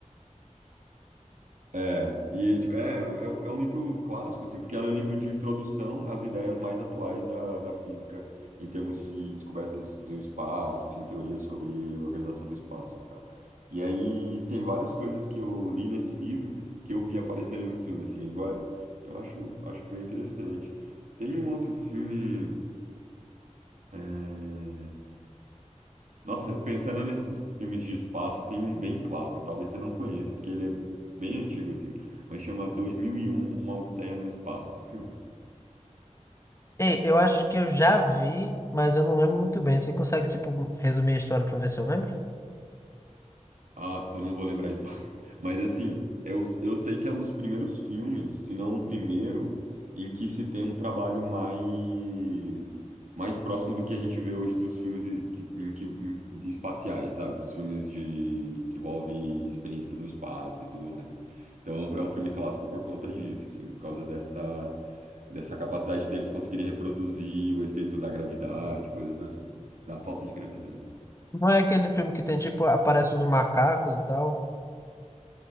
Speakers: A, on the right (about 80°); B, on the left (about 25°).
A: é, e, tipo, é, é, é um livro clássico, assim, porque é um livro de introdução às ideias mais atuais da, da física em termos de descobertas do espaço, enfim, teorias sobre organização do espaço e tal. E aí tem várias coisas que eu li nesse livro que eu vi aparecerem no filme, assim, igual Eu acho, acho bem interessante. Tem um outro filme. é, Nossa, pensando nesses filmes de espaço, tem um bem clássico, talvez você não conheça, porque ele é bem antigo assim, mas chama 2001, Uma Odisseia no Espaço. Esse filme.
B: Ei, eu acho que eu já vi, mas eu não lembro muito bem. Você consegue, tipo, resumir a história pra ver se eu lembro?
A: Nossa, eu não vou lembrar a história. <laughs> Mas assim, eu, eu sei que é um dos primeiros filmes, se não o primeiro, em que se tem um trabalho mais mais próximo do que a gente vê hoje dos filmes e- de, em que, em- de espaciais, sabe? Dos filmes de que envolve experiências no espaço e tudo mais. Então é um é um filme clássico por conta disso, assim, por causa dessa dessa capacidade deles conseguirem reproduzir o efeito da gravidade, coisas assim, da falta de gravidade, né?
B: Não é aquele filme que tem, tipo, aparece os macacos e tal.